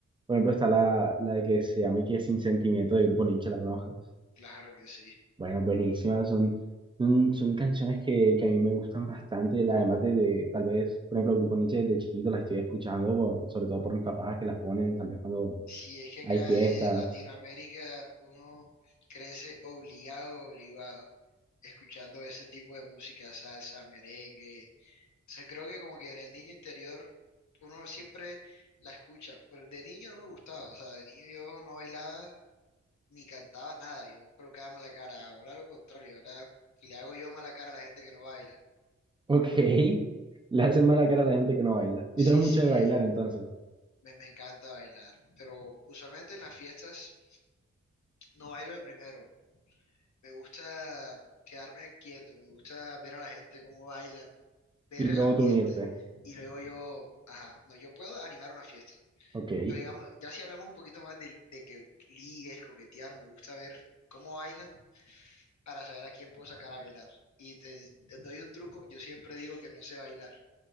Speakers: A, on the right; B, on the left.
A: Por ejemplo, está la, la de que se llama y que es Sin Sentimiento del grupo Nietzsche, ¿la conoces?
B: Claro que sí.
A: Bueno, buenísima. Son, son, son canciones que, que a mí me gustan bastante. la- Además de, de, tal vez, por ejemplo, el grupo Nietzsche desde chiquito la estoy escuchando, por, sobre todo por mis papás que las ponen, tal vez cuando
B: Si es que acá
A: hay fiestas.
B: en Latinoamérica
A: <laughs>
B: uno crece obligado, obligado, escuchando ese tipo de música, salsa, merengue. Entonces, creo que como que en el niño interior uno siempre la escucha. Pero de niño no me gustaba. O sea, de niño yo no bailaba ni cantaba nada. Yo colocaba mala cara. Ahora lo contrario. Ahora le hago yo mala cara a la gente que no baila.
A: Ok, le hacen mala cara a la gente que no baila.
B: Sí,
A: Y tú eres mucho
B: sí,
A: de bailar entonces.
B: me, me encanta bailar, pero usualmente en las fiestas no bailo de primero. Me gusta quedarme quieto, me gusta ver a la gente cómo baila, ver
A: Y luego
B: el ambiente
A: tú unirte.
B: y luego yo, ajá, no, yo puedo animar una fiesta.
A: Ok.
B: Pero digamos, ya si hablamos un poquito más de, de que ligues, coquetear, me gusta ver cómo bailan para saber a quién puedo sacar a bailar. Y te doy un truco, yo siempre digo que no sé bailar.